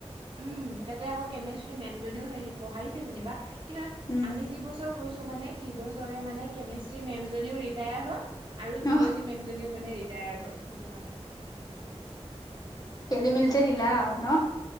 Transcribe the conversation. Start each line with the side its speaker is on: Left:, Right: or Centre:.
Right: উম, তাতে আকৌ কেমেষ্ট্ৰি মেমজনীও সেই পঢ়াইছে যেনিবা- কিন্তু,
Left: উম
Right: আমি যি বছৰ কৈছো মানে, সেই বছৰে মানে কেমেষ্ট্ৰি মেম জনীও ৰিটায়াৰ হল। আৰু
Left: অ
Right: জুলজিৰ মেমজনীও মানে ৰিটায়াৰ হল সেইটো কাৰণে।
Left: খেলিমেলিতে দিলা আৰু ন।